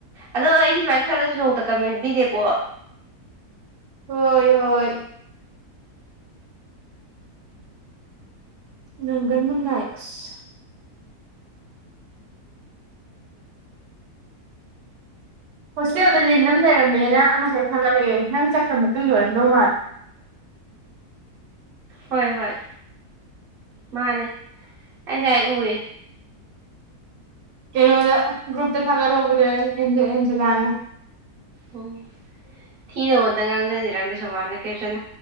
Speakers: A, on the right (about 40°); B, on the right (about 75°).
A: ꯑꯗꯣ ꯑꯩꯗꯤ ꯁꯨꯃꯥꯏꯅ ꯈꯜꯂꯁꯨ ꯅꯣꯡꯃꯇ ꯀꯃꯦꯟ ꯄꯤꯗꯦꯀꯣ꯫
B: ꯍꯣꯏ ꯍꯣꯏ꯫ ꯅꯪꯒꯟ ꯗꯨꯝ ꯅꯥꯥꯏ ꯑꯁ ꯍꯣꯁꯇꯦꯜꯗ ꯂꯤꯟ ꯑꯃ ꯂꯩꯔꯝꯃꯦꯅ ꯉꯁꯥꯏ ꯊꯥꯒꯠꯂꯦ ꯅꯪ ꯆꯠꯈ꯭ꯔ ꯃꯇꯨꯡ ꯑꯣꯏꯔꯝꯗꯧ ꯃꯥꯜꯂꯦ꯫
A: ꯍꯣꯏ ꯍꯣꯏ ꯃꯥꯅꯦ ꯑꯩꯁ ꯎꯏ
B: ꯀꯩꯅꯣꯗ ꯒ꯭ꯔꯨꯞꯇ ꯊꯥꯒꯠꯍꯧꯕꯗ ꯑꯦꯟꯖꯂꯥꯅ
A: ꯑꯣ ꯊꯤꯅꯉꯣꯟꯗ ꯉꯥꯡꯁꯤꯟꯁꯤꯦꯔꯪꯗꯦ ꯁꯣꯕꯥꯅ ꯀꯦꯞꯁꯟ